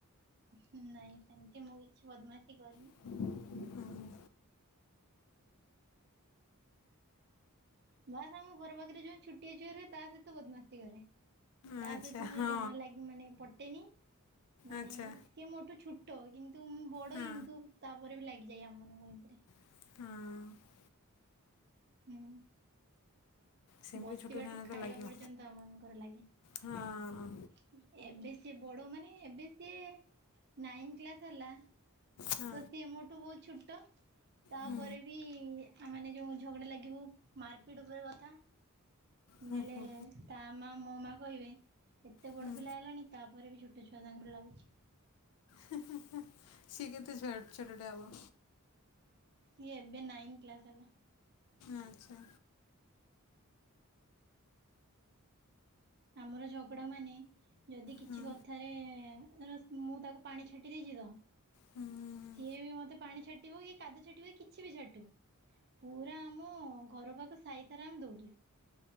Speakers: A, on the right; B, on the left.
A: ନାଇଁ ସେମିତି ମୁଁ କିଛି ବଦମାସି କରିନି।
B: <inaudible>
A: ବାସ୍ ଆମ ଘର ପାଖରେ ଯୋଉ ଛୋଟିଆ ଛୁଆ ରୁହେ ତା ସହିତ ବଦମାସୀ କରେ। ତା
B: ଆଚ୍ଛା
A: ସହିତ ମୋର
B: ହଁ
A: ଜମା ଲାଗି ମାନେ ପ୍ ଟେନି ମାନେ
B: ଆଚ୍ଛା
A: ସିଏ ମୋଠୁ ଛୋଟ କିନ୍ତୁ ମୁଁ ବଡ
B: ହଁ
A: କିନ୍ତୁ ତାପରେ ବି ଲାଗି ଯାଏ ଆମମାନଙ୍କ ଭିତରେ।
B: ହଁ।
A: ହୁଁ।
B: ସେମିତି
A: ବସିବାଠୁ
B: ଛୋଟ ଛୁଆଙ୍କ
A: ଖାଇବା
B: ସହିତ ଲାଗିବ
A: ପର୍ଯ୍ୟନ୍ତ ଆମ ମାନଙ୍କର ଲାଗେ।
B: ହଁ ହଁ
A: ଏବେ ସେ ବଡ ମାନେ ଏବେ ସିଏ ନାଇନ କ୍ଲାସ ହେଲା। ତ
B: ହୁଁ
A: ସିଏ ମୋଠୁ ବହୁତ ଛୋଟ। ତାପରେ
B: ହୁଁ
A: ବି ମାନେ ଯେଉଁ ଝଗଡ଼ା ଲାଗିବୁ ମାର ପିଟ ଉପରେ କଥା।
B: ହୁଁ
A: ନେଲେ
B: ହୁଁ
A: ତା ମା ମୋ ମା କହିବେ ଏତେ
B: ହୁଁ
A: ବଡ଼ ପିଲା ହେଲାଣି ତାପରେ ବି ଛୋଟ ଛୁଆ ସାଙ୍ଗରେ ଲାଗୁଛି।
B: ହି ହି ହିଁ। ସେ କେତେ ଛୁଆ ଛୋଟ ଟା ହବ?
A: ସିଏ ଏବେ ନାଇନ୍ କ୍ଲାସ ହେଲା।
B: ଆଚ୍ଛା।
A: ଆମର ଝଗଡ଼ା ମାନେ ଯଦି କିଛି
B: ହଁ
A: କଥାରେ ଧର ମୁଁ ତାକୁ ପାଣି ଛାଟି ଦେଇଛି ତ
B: ହୁଁ।
A: ସିଏ ବି ମତେ ପାଣି ଛାଟିବ କି କାଦୁ ଛାଟିବ କି କିଛି ବି ଛାଟୁ ପୁରା ମୋ ଘର ପାଖ ସାଇ ସାରା ଆମେ ଦୌଡୁ।